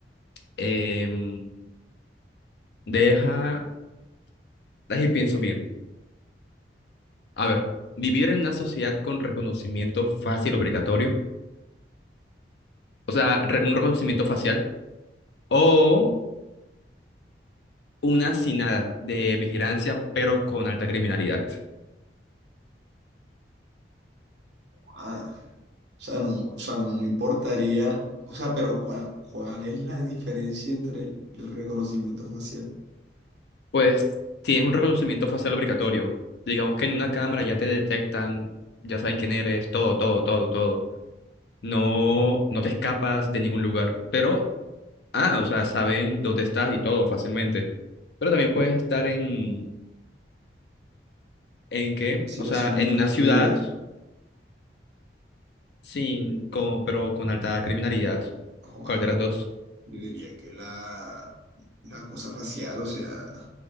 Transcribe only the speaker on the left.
Em, deja, ahí pienso bien. A ver, vivir en una sociedad con reconocimiento fácil obligatorio, o sea, re- un reconocimiento facial, o una sin nada de vigilancia, pero con alta criminalidad.
Pues tienes un reconocimiento facial obligatorio. Digamos que en una cámara ya te detectan, ya saben quién eres, todo, todo, todo, todo. No, no te escapas de ningún lugar. Pero, ah, o sea, saben dónde estás y todo fácilmente. Pero también puedes estar en, ¿en qué?
O sea, en
una ciudad
sin, con pero con alta criminalidad.
¿Cuál de las dos?